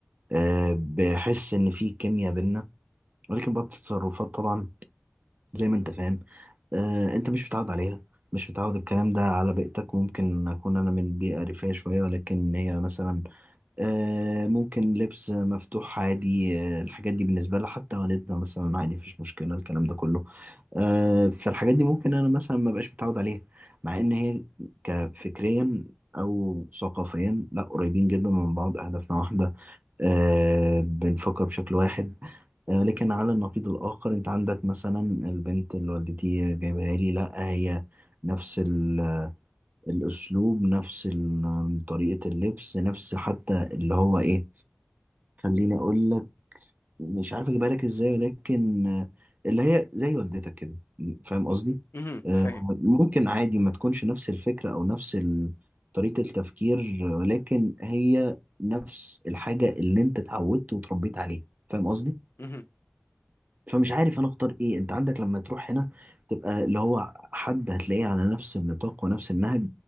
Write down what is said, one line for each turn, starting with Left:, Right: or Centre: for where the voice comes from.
Right: آه، بحس ان في كيمياء بينا ولكن بعض التصرفات طبعا زي ما انت فاهم آه، انت مش متعود عليها مش متعود الكلام ده على بيئتك ممكن اكون انا من بيئه ريفيه شويه ولكن هي مثلا آه، ممكن لبس مفتوح عادي آه، الحاجات دي بالنسبه لها حتى والدها مثلا عادي مفيش مشكله الكلام ده كله آه، فالحاجات دي ممكن انا مثلا ما بقاش متعود عليها مع ان هي كفكريا او ثقافيا لا قريبين جدا من بعض اهدافنا واحده آه، بنفكر بشكل واحد آه، لكن على النقيض الآخر أنت عندك مثلا البنت اللي والدتي جايبها لي لا هي نفس ال- <hesitation> الأسلوب نفس ال- <hesitation> طريقة اللبس نفس حتى اللي هو إيه خليني أقول لك مش عارف اجيبها لك ازاي لكن آه، اللي هي زي والدتك كده فاهم قصدي
Left: امم
Right: آه،
Left: فاهم
Right: ممكن عادي ما تكونش نفس الفكرة او نفس ال- طريقة التفكير ولكن هي نفس الحاجة اللي انت اتعودت وتربيت عليها فاهم قصدي
Left: امم
Right: فمش عارف انا اختار ايه انت عندك لما تروح هنا تبقى اللي هو حد هتلاقيه على نفس النطاق ونفس النهج